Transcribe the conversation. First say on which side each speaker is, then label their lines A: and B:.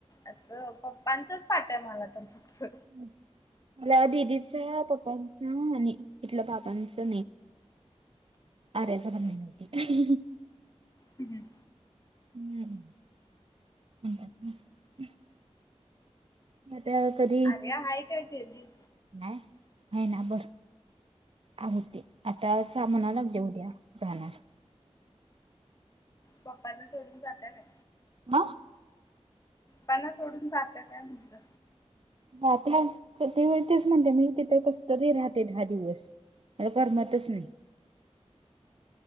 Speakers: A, on the left; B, on the right.
A: असं पप्पांचच पाठ आहे मला तर फक्त
B: मला दिदीचा पप्पांचा आणि तिथल्या बापांचा. आर्याचा बणती
A: हम् हं.
B: हम्म. ता कधी
A: अरे आहेा काय केली.
B: नाही आहे ना बर. आ होते आता सामाना लागले उद्या जाणार.
A: पप्पांना सोडून जाता काय.
B: म.
A: पना सोडून जाते काय म्हणलं.
B: ता ते व तेच म्हणते मी तिथं कस तरी राहते दहा दिवस. आता कर्मातच नाही.